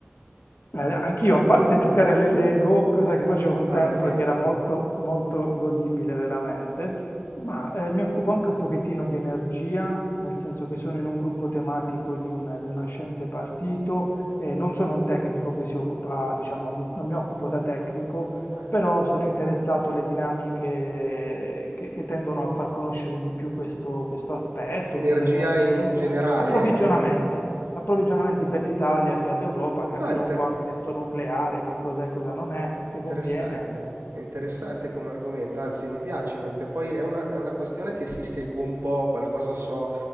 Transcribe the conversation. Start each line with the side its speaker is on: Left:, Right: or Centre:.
Left: Beh, anch'io, a parte giocare alle Lego, cosa che facevo un
Right: Ah,
Left: tempo
Right: i Lego.
Left: e che era molto, molto godibile veramente, ma eh, mi occupo anche un pochettino di energia, nel senso che sono in un gruppo tematico di un, di un nascente partito e non sono un tecnico che si occupa, diciamo, non, non mi occupo da tecnico,
Right: Ah,
Left: però sono interessato alle dinamiche che, che tendono a far conoscere di più questo, questo aspetto,
Right: energia
Left: che è l'energia,
Right: in generale,
Left: approvvigionamenti
Right: eh, quindi...
Left: approvvigionamenti per l'Italia e per l'Europa, capire
Right: Ah,
Left: un po' anche sto nucleare, che cos'è e cosa non è, se
Right: Interessante,
Left: conviene.
Right: è interessante come argomento, anzi mi piace perché poi è una, è una questione che si segue un po', qualcosa so,